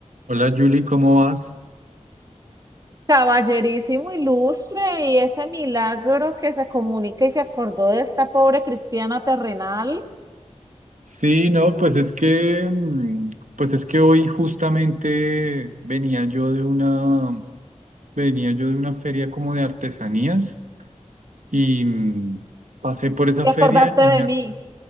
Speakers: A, on the right; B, on the right.
A: Hola Julie, ¿cómo vas?
B: Caballerísimo ilustre, y ese milagro que se comunica y se acordó de esta pobre cristiana terrenal.
A: Sí, no, pues es que, mm, pues es que hoy justamente venía yo de una, venía yo de una feria como de artesanías y mm, pasé por esa
B: ¿Te
A: feria
B: acordaste
A: y
B: de
A: me
B: mí?
A: ac-